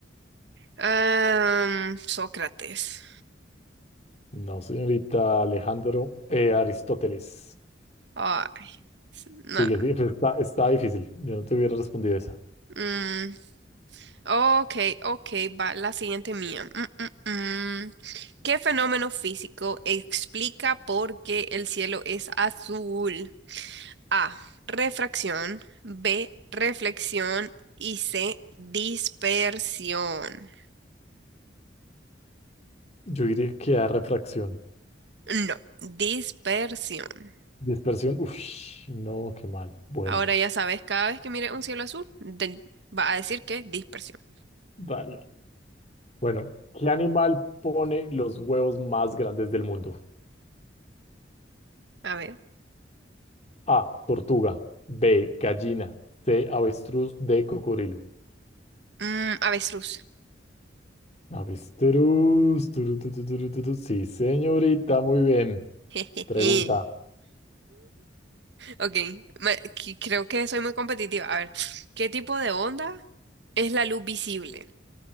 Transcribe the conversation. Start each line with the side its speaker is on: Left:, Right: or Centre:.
Right: Ah, Sócrates.
Left: No, señorita Alejandro. eh, Aristóteles.
Right: Ay, s- nah.
Left: Sigue, sigue, pero está, está difícil. Yo no te hubiera respondido esa.
Right: Mm, ok, ok, va la siguiente mía. Mm, mm, mm. ¿Qué fenómeno físico explica por qué el cielo es azul? A. Refracción. B. Reflexión. Y C. Dispersión.
Left: Yo diría que a refracción.
Right: No, dispersión.
Left: Dispersión. Uf, no, qué mal. Bueno,
Right: Ahora ya sabes, cada vez que mires un cielo azul, de- va a decir que dispersión.
Left: vale. Bueno, ¿qué animal pone los huevos más grandes del mundo?
Right: A ver.
Left: A, tortuga. B, gallina. C, avestruz. D, cocodrilo.
Right: Mm, avestruz.
Left: Avestruz. turu, tu, tu, turu, tu, tu. Sí, señorita, muy bien.
Right: <laughs>
Left: Pregunta.
Right: <laughs> Ok, me- qui- creo que soy muy competitiva. A ver, ¿qué tipo de onda es la luz visible?